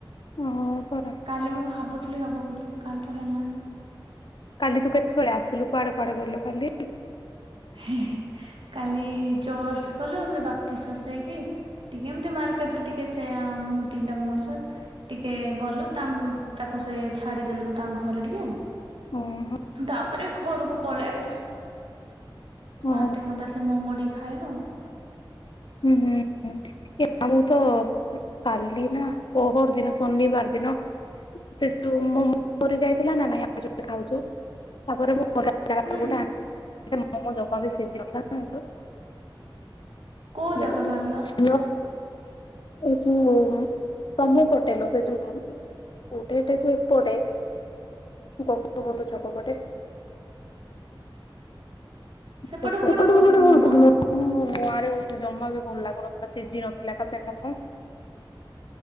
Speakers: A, on the left; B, on the right.
A: ହଁ ପରା।
B: କାଲି ମୁଁ ଭାବୁଥିଲି ହେବ ବୋଲି କାଲି ତ ହେଲାନି।
A: କାଲି ତୁ କେତେବେଳେ ଆସିଲୁ। କୁଆଡେ କୁଆଡେ ଗଲୁ କାଲି।
B: ହେଁ ହେଁ କାଲି ଜର୍ସ ଗଲୁ ସେ ବାପଟେଶ୍ୱର ଯାଇକି। ଟିକେ ଏମିତି ମାର୍କେଟରେ ଟିକେ ସେ, ମୋ ତିନିଟା ଭଉଣୀ ସହିତ। ଟିକେ ଗଲୁ ତାଙ୍କୁ ତାକୁ ସେ ଛାଡିଦେଲୁ ତାଙ୍କ ଘରେ ଟିକେ।
A: ଓହ।
B: ତାପରେ ଘରକୁ ପଳେଇ ଆଇଲୁ।
A: ଓହୋ।
B: ମାଦକତା ସେ ମୋମୋ ଟିକେ ଖାଇଲୁ।
A: ହୁଁ ହୁଁ ହୁଁ। ଆ ମୁଁ ତ କାଲି ନା ପହରଦିନ ଶନିବାର ଦିନ ସେ ଯୋଉ ମୋର <unintelligible> ଯାଇଥିଲା ନା ନାଇଁ ଖାଉଛେ। ତାପରେ ମୁଁ ଜାଗ <unintelligible>
B: ହୁଁ
A: ଗୋଟେ ସେ ମୋମୋ ଜମା ବି ସିଝିନଥିଲା।
B: କୋଉ
A: ଦେଖ
B: ଜାଗାରୁ
A: <unintelligible>
B: ଆଣିଲ
A: ଏ ଯୋଉ ତମୁ ପଟେଲ ସେ ଯୋଉ ଉଠେ ଏଠେ ଯୋ ଏପଟେ ଗୋପବନ୍ଧୁ ଛକ ପଟେ।
B: ସେପଟକୁ
A: ସେପଟକୁପଟ
B: ଗୋଟେ ହଉଛି କି
A: କହୁଛି
B: ମୋମୋ
A: <unintelligible> ହୁଁ, ନୂଆ ରେ ହଉଛି ଜମା ବି ଭଲ ଲାଗୁନଥିଲା ସିଝି ନଥିଲା ଠିକ୍ ସେ ମୋମୋ